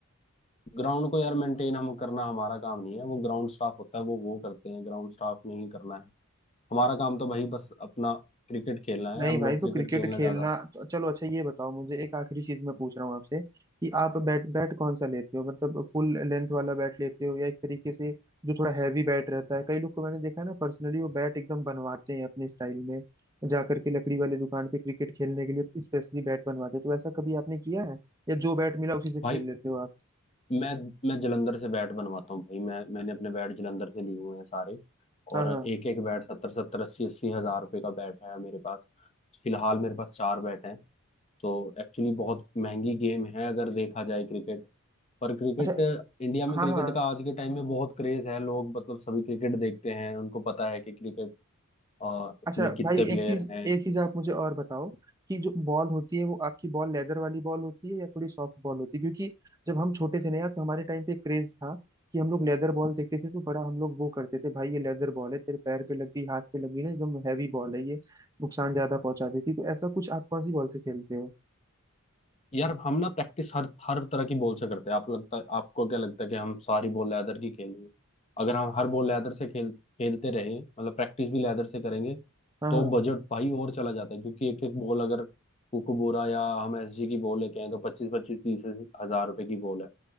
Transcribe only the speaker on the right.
नहीं
भाई
तो
क्रिकेट
खेलना
तो चलो अच्छा ये बताओ मुझे एक आखिरी चीज मैं पूछ रहा हूँ आपसे कि आप बैट बैट कौन सा लेते हो मतलब फुल लेंथ वाला बैट लेते हो या एक तरीके से जो थोड़ा हैवी बैट रहता है कई लोग को मैंने देखा है ना पर्सनली वो बैट एकदम बनवाते हैं अपने स्टाइल में जा करके लकड़ी वाले दुकान पे क्रिकेट खेलने के लिए स्पेशली बैट बनवाते हैं तो ऐसा कभी आपने किया है या जो बैट मिला उसी से खेल
लेते हो आप
हाँ
हाँ
अच्छा
हाँ
हाँ
अच्छा
भाई
एक चीज
एक चीज आप मुझे और बताओ कि जो बॉल होती है वो आपकी बॉल लेदर वाली बॉल होती है या थोड़ी सॉफ्ट बॉल होती है क्योंकि जब हम छोटे थे ना यार तो हमारे टाइम पे क्रेज था कि हम लोग लेदर बॉल देखते थे तो बड़ा हम लोग वो करते थे भाई ये लेदर बॉल है तेरे पैर पे लगी हाथ पे लगी ना एकदम हैवी बॉल है ये नुकसान ज्यादा पहुंचा देती तो ऐसा कुछ आप कौन सी बॉल से खेलते हो
हाँ
हाँ